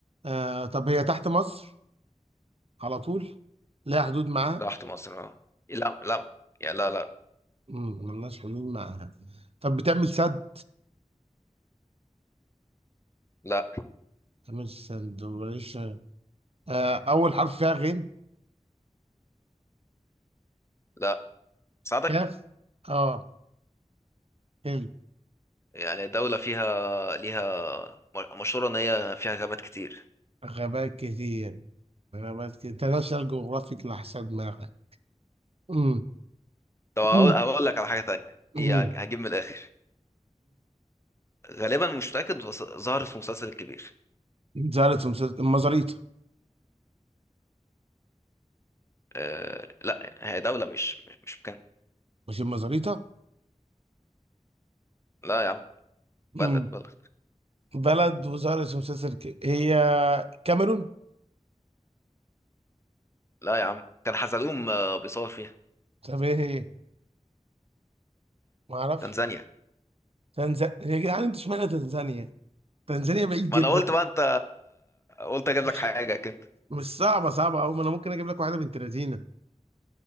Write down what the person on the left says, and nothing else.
تحت مصر اه لا لا يا لا لا
لا
لا ساعدك
يعني دولة فيها ليها مشهورة إن هي فيها غابات كتير
طب اقول
اقول لك على حاجه تانية
دي هج- هجيب من الاخر غالبا مش متاكد بس ظهرت في مسلسل الكبير
أه لا هي دوله مش مش مش مكان
لا يا عم
بلد بلد
لا يا عم كان حزلقوم آه، بيصور فيها
تنزانيا
ما انا قلت بقى انت قلت اجيب
لك حاجه كده